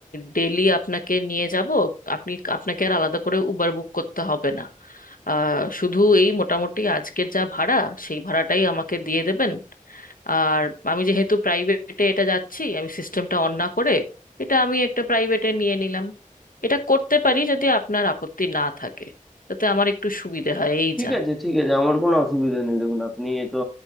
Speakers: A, on the left (about 80°); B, in the centre.
A: ডেলি আপনাকে নিয়ে যাব আপনি আপনাকে আর আলাদা করে উবার বুক করতে হবে না আহ, শুধু এই মোটামুটি আজকের যা ভাড়া সেই ভাড়াটাই আমাকে দিয়ে দেবেন আর আমি যেহেতু প্রাইভেটে এটা যাচ্ছি আমি সিস্টেমটা অন না করে এটা আমি একটা প্রাইভেটে নিয়ে নিলাম এটা করতে পারি যদি আপনার আপত্তি না থাকে তাতে আমার একটু সুবিধে হয় এই
B: ঠিক
A: যা
B: আছে ঠিক আছে আমার কোনো অসুবিধা নেই দেখুন আপনি এ তো